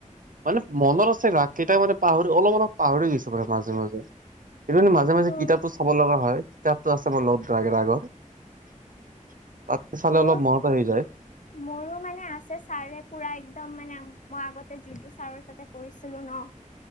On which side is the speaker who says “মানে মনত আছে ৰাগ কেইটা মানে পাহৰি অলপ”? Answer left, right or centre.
Right